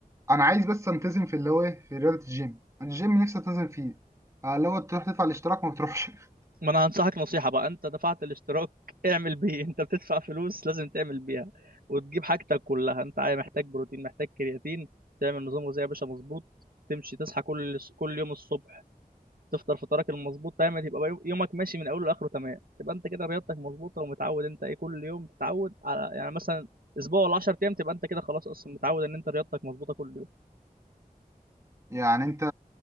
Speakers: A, on the right; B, on the right.
A: انا عايز بس التزم في اللي هو إيه؟ في رياضه الجيم أنا الجيم نفسي التزم فيه آه، اللي هو تروح تدفع الاشتراك ما بتروحش <laughs>
B: ما انا هنصحك نصيحة بقى انت دفعت الاشتراك اعمل بيه انت بتدفع فلوس لازم تعمل بيها وتجيب حاجتك كلها انت عايز محتاج بروتين محتاج كرياتين تعمل نظام غذائي يا باشا مظبوط تمشي تصحى كل كل يوم الصبح تفطر فطارك المظبوط تعمل يبقى يوم- يومك ماشي من اوله لاخره تمام تبقى انت كده رياضتك مظبوطة ومتعود انت ايه كل يوم تتعود على يعني مثلا اسبوع ولا 10 ايام تبقى انت كده خلاص اصلا متعود ان انت رياضتك مظبوطة كل يوم
A: يعني انت